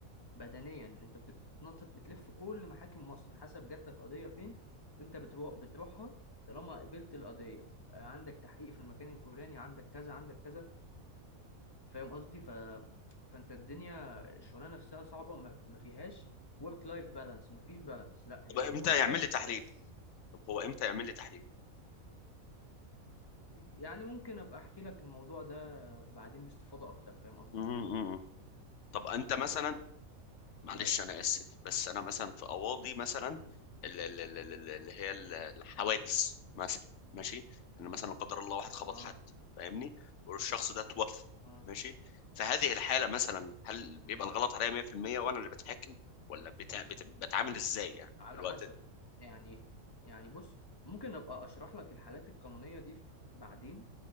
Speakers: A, on the left; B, on the left.
A: بدنيا انت بتتنطط بتلف كل محاكم مصر حسب جات لك قضيه فين انت بتروح بتروحها طالما قبلت القضيه آه، عندك تحقيق في المكان الفلاني عندك كذا عندك كذا فاهم قصدي ف فانت الدنيا الشغلانه نفسها صعبه ما, ما فيهاش ورك لايف بالانس ما فيش بالانس لا هي
B: طب امتى
A: ورك
B: يعمل
A: لايف
B: لي تحليل
A: بس
B: طب هو امتى يعمل لي تحليل
A: يعني ممكن ابقى احكي لك الموضوع ده بعدين باستفاضه اكتر فاهم قصدي
B: مم، مم. طب انت مثلا معلش
A: بس
B: انا اسف بس
A: م-
B: انا مثلا في اواضي مثلا
A: م-
B: ال- ال- ال- ال- ال- اللي هي ال- الحوادث مثلا ماشي انا مثلا لا قدر الله واحد خبط
A: اه
B: حد فاهمني والشخص ده توفى
A: اه
B: ماشي في هذه الحالة مثلا هل بيبقى
A: م.
B: الغلط عليا 100% وانا اللي بتحاكم ولا بتا... بت... بتعامل ازاي يعني
A: على
B: في الوقت
A: حسب
B: ده
A: يعني يعني بص ممكن ابقى اشرح لك الحالات القانونية دي في- بعدين